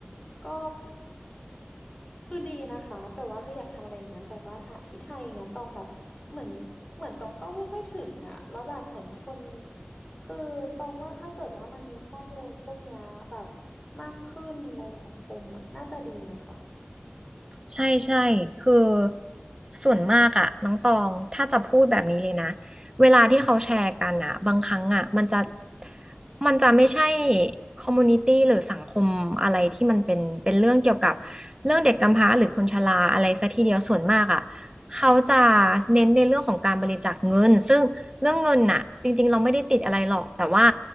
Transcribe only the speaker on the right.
ใช่ใช่คือส่วนมากอะน้องตองถ้าจะพูดแบบนี้เลยนะเวลาที่เขาแชร์กันอะบางครั้งอะมันจะมันจะไม่ใช่คอมมูนิตี้หรือสังคมอะไรที่มันเป็นเป็นเรื่องเกี่ยวกับเรื่องเด็กกำพร้าหรือคนชราอะไรซะทีเดียวส่วนมากอะเขาจะเน้นในเรื่องของการบริจาคเงินซึ่งเรื่องเงินน่ะจริงๆเราไม่ได้ติดอะไรหรอกแต่ว่า